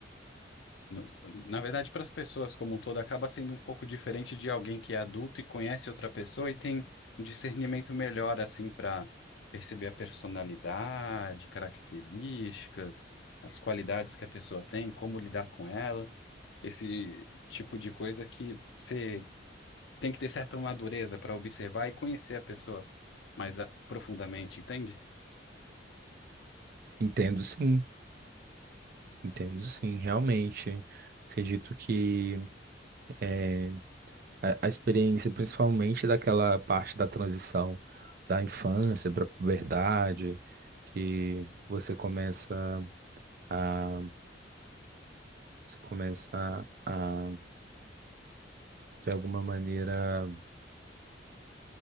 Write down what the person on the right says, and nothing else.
Entendo sim, entendo sim, realmente. Acredito que eh, a, a experiência, principalmente daquela parte da transição da infância para a puberdade, que você começa a, você começa a, de alguma maneira,